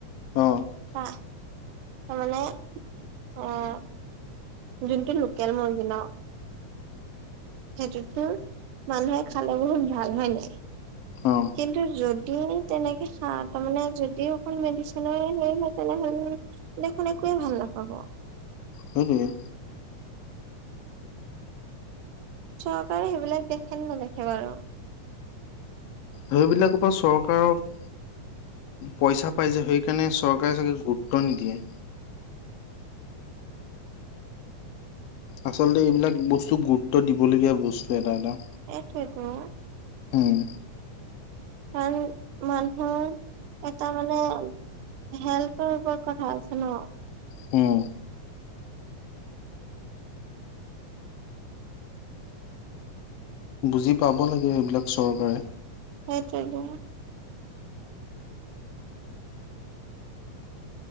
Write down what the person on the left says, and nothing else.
অ অ
অ'।
সেইটোৱে।
সেইবিলাকৰ পৰা চৰকাৰক পইচা পাই যে সেইকাৰণে চৰকাৰে চাগে গুৰুত্ব নিদিয়ে। আচলতে এইবিলাক বস্তু গুৰুত্ব দিবলগীয়া বস্তু এটা এটা।
উম
উম। বুজি পাব লাগে সেইবিলাক চৰকাৰে।